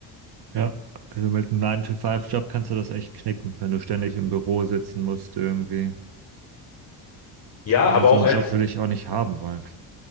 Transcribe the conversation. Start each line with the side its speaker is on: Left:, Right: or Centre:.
Right: Ja, also mit einem nine to five job kannst du das echt knicken, wenn du ständig im Büro sitzen musst irgendwie.
Left: Ja,
Right: Aber
Left: aber
Right: so
Left: auch
Right: einen
Left: als
Right: Job würde ich auch nicht haben wollen.